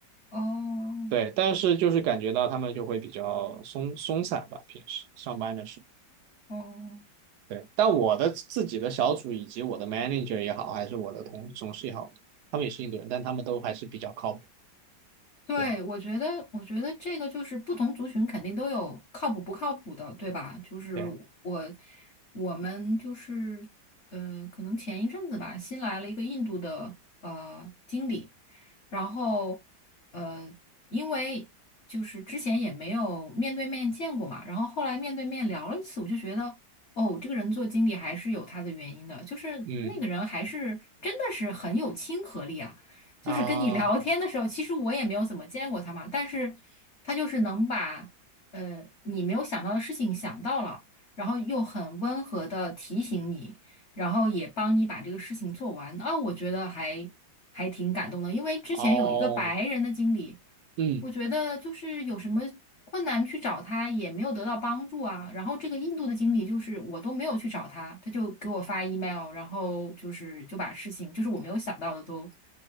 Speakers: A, on the left; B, on the right.
A: 哦
B: 对，但是就是感觉到他们就会比较松松散吧，平时上班的时候。
A: 哦，
B: 对，但我的自己的小组以及我的 manager 也好，还是我的同同事也好，他们也是印度人，但他们都还是比较靠谱。
A: 对，
B: 对。
A: 我觉得，我觉得这个就是不同族群肯定都有靠谱不靠谱的，对吧？就是我
B: 对，
A: 我们就是呃，可能前一阵子吧，新来了一个印度的呃经理，然后呃，因为就是之前也没有面对面见过嘛，然后后来面对面聊了一次，我就觉得哦，这个人做经理还是有他的原因的，就是那个人还是真的是很有亲和力啊。
B: 嗯
A: 就是跟你聊天的时候，
B: 啊，
A: 其实我也没有怎么见过他嘛，但是他就是能把呃你没有想到的事情想到了，然后又很温和的提醒你。然后也帮你把这个事情做完啊，我觉得还还挺感动的，因为之前有一个白人的经理，
B: 哦，嗯
A: 我觉得就是有什么困难去找他也没有得到帮助啊，然后这个印度的经理就是我都没有去找他，他就给我发 email，然后就是就把事情就是我没有想到的都